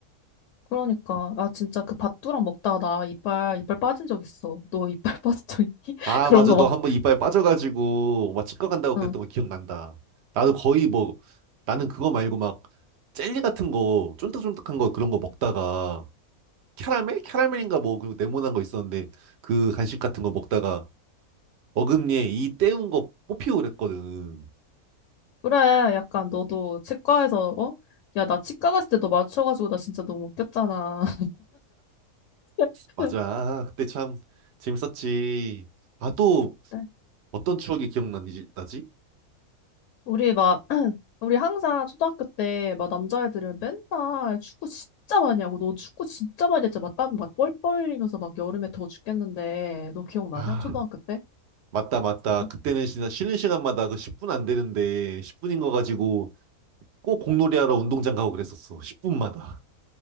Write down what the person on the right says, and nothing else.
아,
맞아.
너
한번 이빨 빠져가지고 막 치과 간다고 그랬던
거 기억난다. 나도 거의 뭐, 나는 그거 말고 막 젤리 같은 거, 쫀득쫀득한 거 그런 거 먹다가 캐러멜? 캐러멜인가 뭐, 그 네모난 거 있었는데 그 간식 같은 거 먹다가 어금니에 이 때운 거 뽑히고 그랬거든.
맞아. 그때 참 재밌었지. 아, 또
어떤 추억이 기억나지? 나지?
아,
맞다, 맞다.
그때는 진짜 쉬는 시간마다 그 10분 안 되는데 10분인 거 가지고 꼭 공놀이하러 운동장 가고 그랬었어. 10분마다.